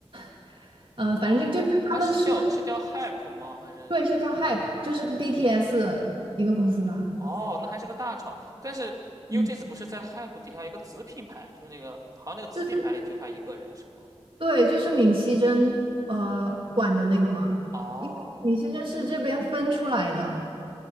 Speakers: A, on the right (about 50°); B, on the right (about 35°).
A: <laughs> 呃，反正就就是他们是
B: 哦，啊，是叫是叫 Hype 吗？还是
A: 对，是叫 Hype，就是跟 BTS 一个公司啦。
B: 哦，那还是个大厂。但是 NewJeans
A: 嗯，
B: 不是在 Hype 底下一个子品牌，就是那个好像那个子品牌里就他一个人是吗？
A: 就是对，就是闵熙珍呃管的那个嘛，
B: 哦，
A: 因为闵熙珍是这边分出来的，